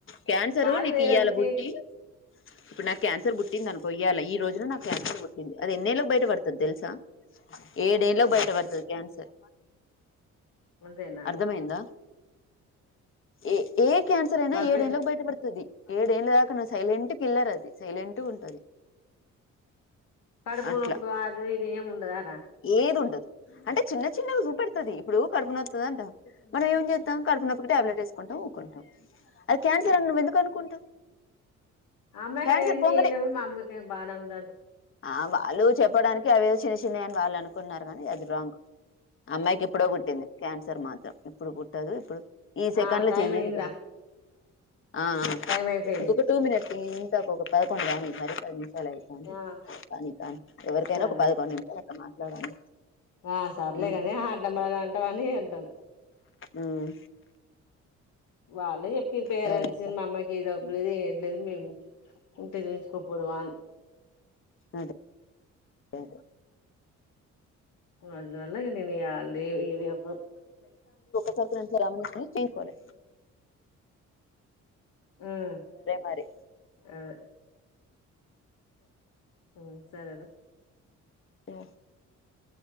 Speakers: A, on the left; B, on the left.
A: క్యాన్సరు
B: బాడీ
A: నీకు
B: లేదని
A: ఇయ్యాల
B: చే
A: బుట్టి ఇప్పుడు నాకు క్యాన్సర్ పుట్టింది అనుకోయాలి ఈ రోజున నాకు క్యాన్సర్ పట్టింది అది ఎన్నెలకు బయట బడుతుది తెల్సా ఏడేళ్ల కు బయట పడుతది కాన్సర్
B: అంతేనా
A: అర్ధమయిందా ఏ ఏ క్యాన్సర్ అయినా
B: మరి
A: ఏడేళ్లకు
B: పే
A: బయట పడుతుది ఏడేళ్ళ దాకా నువ్వు సైలెంట్ పిల్లర్ అది సైలెంట్ ఉంటది
B: కడుపులుపు
A: అట్లా
B: అదు ఇది ఏం ముండదార
A: ఏది ఉండదు అంటే చిన్న చిన్నగా చూపెడుతుది ఇప్పుడు కడుపున వవుతుదంట మనం ఏం చే ఎ కడపునప్పుకి టాబ్లేట్ ఊకుంటావు అయి క్యాన్సల్ అని నువ్వు ఎందుకు అనుకుంటావు
B: అమ్మ
A: క్యాన్సర్
B: కనీ
A: పొంగడే
B: ఎళ మామ బానా ఉంద
A: ఆ వాళు చెప్పడానికి అవేదో చిన్న చిన్నవియని వాళ్ళు అనుకుున్నారు కానీ అది రాంగ్ అమ్మాయికి ఎప్పుడో పుట్టింది క్యాన్సర్ మాత్రం ఇప్పుడు కుట్టదు ఇప్పుడు ఈ సెకండ్
B: ఆ
A: లో
B: టైం
A: చెయ్యేది
B: అయిందిరా
A: కాదు ఆ
B: టైం అయిపోయింది
A: ఇంకొక టూ మినిట్స్ ఇంంతక పదకొండు దనికి మర కా చలాయిపోండి
B: ఆ
A: కానీ కానీ ఎవరికైనా
B: సరే
A: ఒక పదకొండు నిమిషాలు మాట్లాడండి
B: ఆ సర్లే
A: ఉమ్
B: కాని ఆడ్డంబ అంటవని అంటాన
A: ఉమ్
B: వాళ్ళే చెప్పిర్రు పెరెంట్స్
A: సరే అక్క
B: మా అమ్మకి ఏ జబ్బు లేదు ఇం లేదు మేము ఉంటే చెఇంచుకో పొదుమా అన్
A: అదే అే
B: అందువల్ల ఇగ నీను ఇగ లే యి ది అప్
A: <unintelligible> కొలె
B: హు అదే
A: మరి
B: ఉ సరే రా
A: ఓ